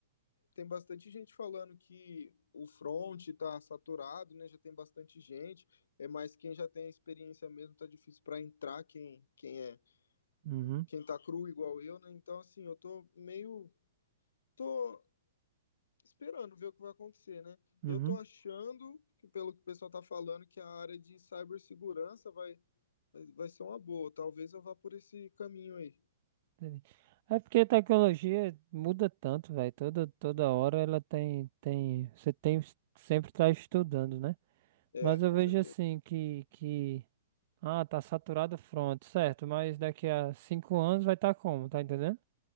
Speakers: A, on the left (about 80°); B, on the right (about 50°).
A: tem bastante gente falando que o front está saturado, né? Já tem bastante gente. É mais quem já tem a experiência mesmo tá difícil para entrar quem quem é
B: Uhum,
A: quem tá cru igual eu, né? Então assim, eu tô meio tô esperando ver o que vai acontecer, né?
B: uhum.
A: Eu tô achando que pelo que o pessoal tá falando que a área de cibersegurança vai vai ser uma boa. Talvez eu vá por esse caminho aí.
B: Entendi. É porque a tecnologia muda tanto, velho. Toda, toda hora ela tem, tem, você tem sempre tá estudando, né?
A: É,
B: Mas
A: com
B: eu vejo
A: certeza.
B: assim que, que, ah, tá saturado o front, certo? Mas daqui a cinco anos vai estar como, tá entendendo?